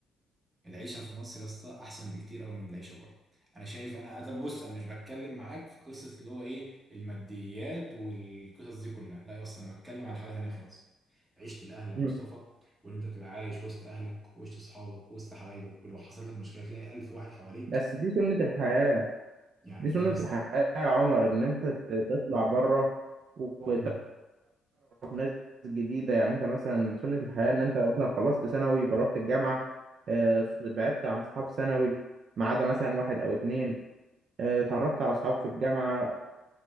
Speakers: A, on the right; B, on the right.
A: العيشه في مصر يا اسطى احسن بكتير قوي من العيشه بره انا شايف انا طب بص انا مش بتكلم معاك في قصه اللي هو ايه الماديات والقصص دي كلها لا يا اسطى انا بتكلم على حاجه تانية خالص عيشه الاهل يا
B: مم.
A: مصطفى وان انت تبقى عايش وسط اهلك وسط اصحابك وسط حبايبك ولو حصل لك مشكله تلاقي الف واحد حواليك
B: بس دي سنة الحياة
A: يعني
B: دي سنة
A: ده بس
B: الحياة
A: دي
B: يا عمر إن أنت ت- تطلع بره وتعرف
A: مم.
B: ناس جديدة يعني أنت مثلا سنة الحياة إن أنت مثلا خلصت ثانوي فرحت الجامعة آه، بعدت عن صحاب ثانوي ما عدا مثلا واحد أو اتنين آه، اتعرفت على أصحاب في الجامعة